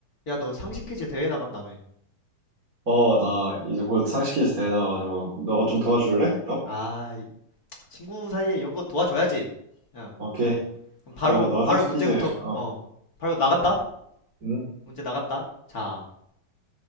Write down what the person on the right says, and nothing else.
어, 나 이제 곧 상식 퀴즈 대회 나가지고 너가 좀 도와줄래? 그럼?
오케이.
그러면 너
상식
퀴즈 어,
응?